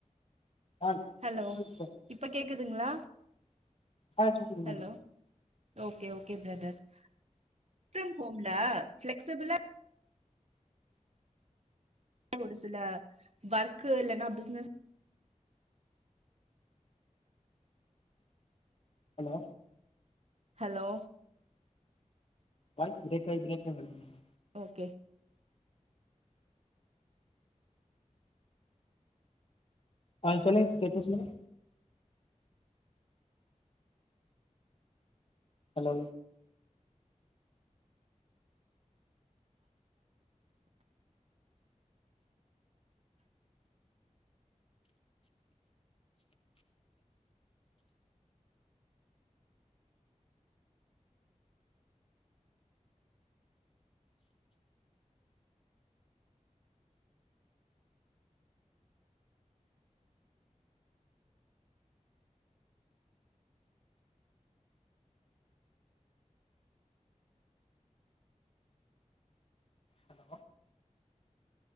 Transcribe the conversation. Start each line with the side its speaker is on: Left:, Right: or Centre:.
Left: ஆ
Right: ஹலோ
Left: சொல்லுங்க சிஸ்டர்
Right: இப்ப கேக்குதுங்ளா
Left: ஆ கேக்குது ma'am
Right: hello okay okay brother work from ஹோம்ல ஃபிளக்ஸ்சிபிலா அதா ஒரு சில ஒர்க்கு இல்லன்னா business
Left: hello
Right: hello
Left: voice break ஆகி ப்ரேக் ஆகி வருதுங்க
Right: ஓகே
Left: ஆ சொல்லுங்க சிஸ்டர் இப்ப சொல்லுங்க ஹலோ ஹலோ